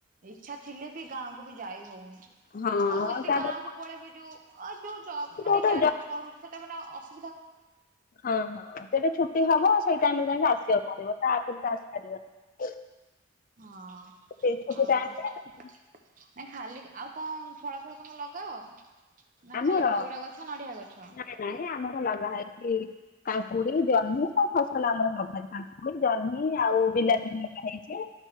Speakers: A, on the right; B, on the left.
A: ଇଚ୍ଛା ଥିଲେ ବି ଗାଁକୁ ବି ଯାଇ ଜାଇ ହଉନି।
B: ହଁ
A: ଆଉ ଯଦି
B: ତାପରେ
A: ଗାଁ କୁ ପଳେଇବେ ଯୋଉ ଆଉ ଯୋଉ ଜବ ମାନେ
B: କୋଉଟା
A: ଯା
B: ଜ
A: ଟା ବି କରୁଛି ସେଟା ମାନେ ଅଶୁ
B: ହଁ ହଁ ସେଟା ଛୁଟି ହବ ସେ। ଟାଇମିରେ ଯାଇକି ଆସିବାକୁ ପଡିବ ତା ଆଗରୁ ତ ଆସିପାରିବନି।
A: ହଁ
B: ସେଇ ଛୁଟି
A: ଆଉ
B: ଟାଇମରେ
A: ନା ଖା କଇଲି କି ଆଉ କଣ ଫଳ ଫଳ ତମର ଲଗାଅ। ନା
B: ଆମର
A: ଖାଲି ପଇଡ଼ ଗଛ ନଡ଼ିଆ ଗଛ।
B: ନାଇଁ ନାଇଁ ଆମର ଲଗା ହେଇଛି। କାକୁଡି ଜହ୍ନି ସବୁ ଫସଲ ଆମର ଲଗା ଯାଏ କାକୁଡି ଜହ୍ନି ଆଉ ବିଲାତି ବି ଲଗା ହେଇଛି।